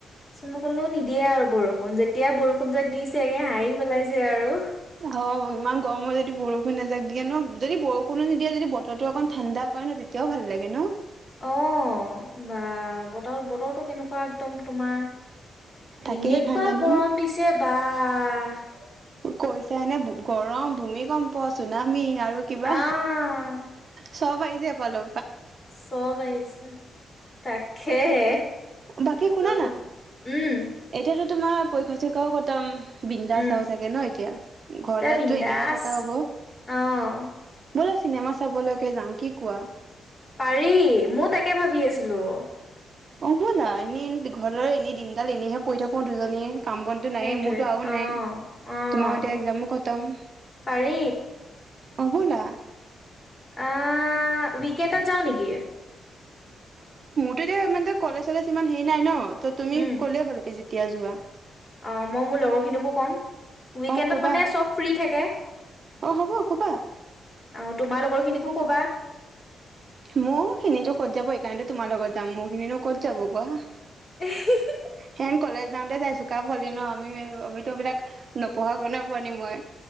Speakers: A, on the left; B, on the right.
A: চ মই কলো নিদিয়ে আৰু বৰষুণ যেতিয়া বৰষুণ যে দিছেগে হাঁহি পেলাইছে আৰু।
B: হ ইমান গৰমত যদি বৰষুণ নাযাক দিয়ে ন, যদি বৰষুণো নিদিয়ে যদি বতৰটো অকণ ঠাণ্ডা কৰে ন তেতিয়াও ভাল লাগে ন,
A: অ, বা বতৰ বতৰটো কেনেকুৱা একদম তোমাৰ।
B: তাকেই
A: এনেকুৱা
B: এইখন জানো
A: গৰম দিছে বা। আ।
B: কৈছা এনে গৰম, ভূমিকম্প, চুনামি।
A: আহ।
B: আৰু কিবা চব আহিছে, পালো।
A: চব আহিছে, তাকেহে।
B: বাকী শুনা
A: চব
B: না।
A: ধ উম
B: এতিয়াতো। তোমাৰ পৰীক্ষা চৰীক্ষা ও খটম। বিন্দাচ
A: উম
B: আও চাগে ন এতিয়া। ঘৰলে
A: তই বিন্দাস
B: তো এনেইহে থকা হ'ব।
A: অ',
B: বলা চিনেমা চাবলৈকে যাওঁ। কি কোৱা?
A: পাৰি, মোৰ তাকে ভাবি আছিলো।
B: অ বলা, এনেই ঘৰৰ এনেই দিনডাল এনেইহে পৰি থাকো দুজনীয়ে। কাম বনতটো নায়েই,
A: সেইটোৱে
B: মোৰতো আৰু
A: অ',
B: নাই।
A: অ',
B: তোমাৰ এতিয়া এক্জামো খতম।
A: পাৰি
B: অ ব'লা।
A: অ। উইকেণ্ডত যাও নেকি?
B: তেতিয়া ইমানটা কলেজ চলেজ ইমান হেৰি নাই ন। তুমি
A: উম
B: ক'লে হ'ল কি তিয়া যোৱা
A: অ মই মোৰ লগৰখিনিকো ক'ম, উইকেণ্ডত
B: অ ক'বা
A: মানে চব ফ্ৰী থাকে। অহ,
B: অ হ'ব ক'বা।
A: তোমাৰ লগৰ খিনিকো কবা।
B: মো খিনিতো ক'ত যাব! সেইকাৰণেত তোমাৰ লগত যাম মোৰ খিনো ক'ত যাব কোৱা।
A: <unintelligible>
B: হেন কলেজ যাওঁতে যাই চোকা পোৱালি ন, আমি আমিতো এইবিলাক নপঢ়াৰ কোনে পোৱালি মই।